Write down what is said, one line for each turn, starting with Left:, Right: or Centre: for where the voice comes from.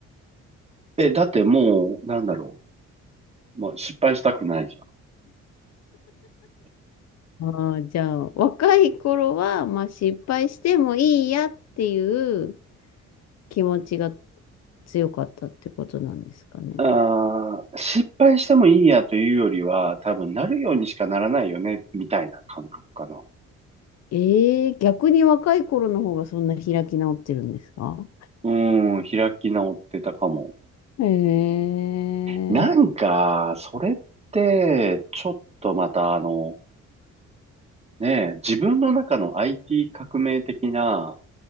Right: え、だってもう、なんだろう。まあ、失敗したくないじゃん。
Left: ああ、じゃあ、若い頃は、まあ、失敗してもいいやっていう気持ちが強かったってことなんですかね。
Right: あー、失敗してもいいやというよりは、多分なるようにしかならないよね、みたいな感覚かな。
Left: ええ逆に若い頃の方がそんな開き直ってるんですか
Right: うん、開き直ってたかも。
Left: ええ
Right: なんか、それって、ちょっとまたあの、ねえ、自分の中の IT 革命的な、